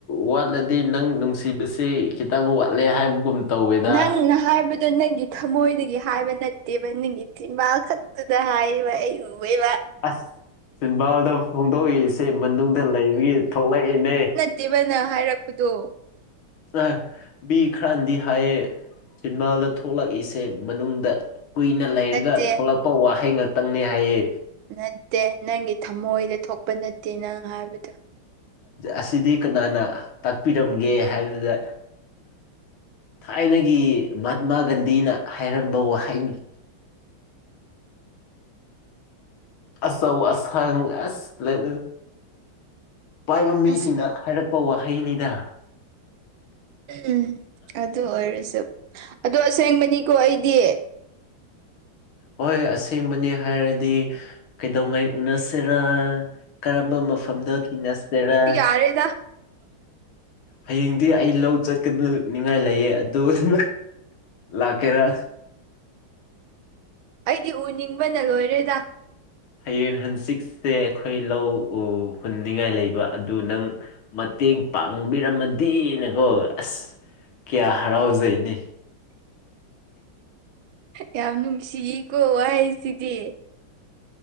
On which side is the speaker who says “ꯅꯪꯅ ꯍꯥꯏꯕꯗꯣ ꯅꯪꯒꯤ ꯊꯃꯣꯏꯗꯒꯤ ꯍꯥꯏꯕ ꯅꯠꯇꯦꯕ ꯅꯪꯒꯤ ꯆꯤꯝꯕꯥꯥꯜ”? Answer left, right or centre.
Right